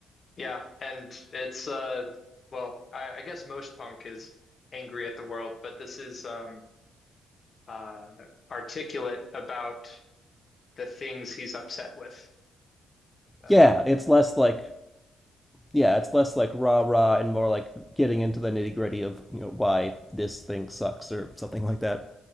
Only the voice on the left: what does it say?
yeah, and it's uh, well, I, I guess most punk is angry at the world, but this is um uh articulate about the things he's upset with. Uh,